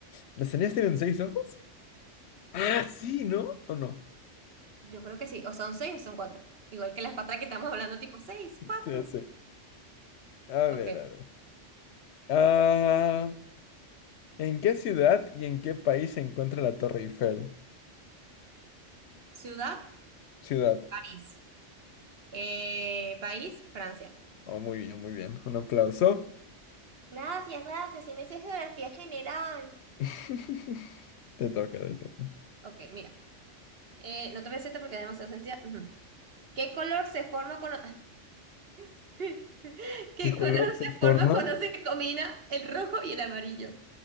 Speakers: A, on the left; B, on the right.
A: ¿Las arañas tienen seis ojos? Ah, sí, ¿no? ¿O no?
B: Yo creo que sí. O son seis o son cuatro. Igual que las patas que estamos hablando, tipo seis, cuatro.
A: Sí, sí. A
B: Ok.
A: ver, a ver. Ah, ¿En qué ciudad y en qué país se encuentra la Torre Eiffel?
B: Ciudad,
A: Ciudad.
B: París. Eh, país, Francia.
A: Oh, muy bien, muy bien. Un aplauso.
B: Gracias, gracias. Si me sé geografía general.
A: <laughs> Te toca, te toca.
B: Ok, mira. Eh, no te voy a hacer esta porque es demasiado sencilla. Ujú. ¿Qué color se forma cuando... <laughs> ¿Qué
A: ¿Qué color
B: color
A: se
B: se
A: forma?
B: forma cuando se combina el rojo y el amarillo?